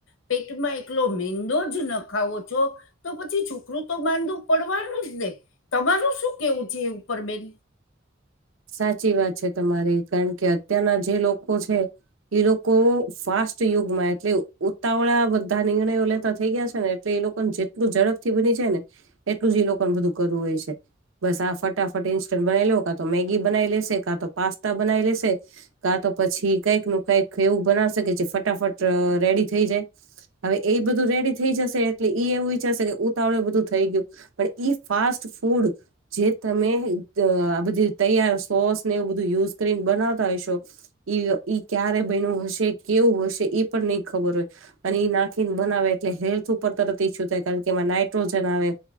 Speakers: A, on the left (about 80°); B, on the right (about 90°).
A: પેટમાં એકલો મેંદો જ નખાવો છો તો પછી છોકરું તો માંદુ પડવાનું જ ને તમારું શું કેવું છે એ ઉપર બેન?
B: સાચી વાત છે તમારી કારણ કે અત્યારના જે લોકો છે. એ લોકો ફાસ્ટ યુગમાં એટલે ઉતાવળા બધા નિર્ણયો લેતા થઈ ગયા છે ને એટલે એ લોકો જેટલું ઝડપથી બની જાય ને એટલું જ એ લોકો ને બધું કરવું હોય છે. બસ આ ફટાફટ ઇન્સ્ટન્ટ બનાવી લવ કાં તો મેગી બનાવી લેશે, કાં તો પાસ્તા બનાવી લેશે. કા તો પછી કઈક નું કઈક એવું બનાવશે જે ફટાફટ રેડી થઈ જાય. હવે એ બધું રેડી થઈ જશે એટલે ઈ એવું વિચારશે કે ઉતાવળું એ બધું થઈ ગયું. પણ ઈ ફાસ્ટ ફૂડ જે તમે આ બધી તૈયાર સોસ ને એવું બધું યુસ કરીને બનાવતા હશો ઈ ઈ ક્યારે બનીયું હશે, કેવું હશે એ પણ નહી ખબર હોય. અને એ નાખીને બનાવે એટલે હેલ્થ ઉપર તરત ઈસ્યુ થાય કારણ કે એમાં નાઈટ્રોજન આવે.